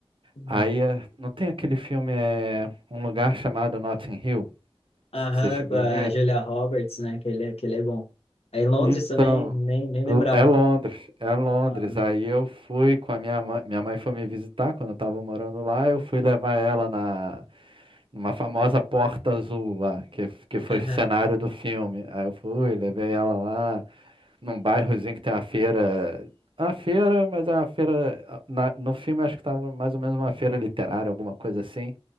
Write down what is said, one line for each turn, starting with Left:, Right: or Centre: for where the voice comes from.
Left: Uhum.
Right: Aí é, não tem aquele filme, é um lugar chamado Notting Hill.
Left: Aham,
Right: Você chegou
Left: com a
Right: a ver?
Left: Julia Roberts, né? Que ele, é, que ele é bom. Aí em Londres
Right: Então,
Left: também, nem, nem lembrava.
Right: L- é Londres, é Londres.
Left: Ah,
Right: Aí eu fui com a minha mãe, minha mãe foi me visitar quando eu tava morando lá, eu fui levar ela na numa famosa porta azul lá, que que foi
Left: aham,
Right: cenário do filme. Aí eu fui, levei ela lá num bairrozinho que tem uma feira, a feira, mas a feira na- no filme acho que tava mais ou menos uma feira literária, alguma coisa assim.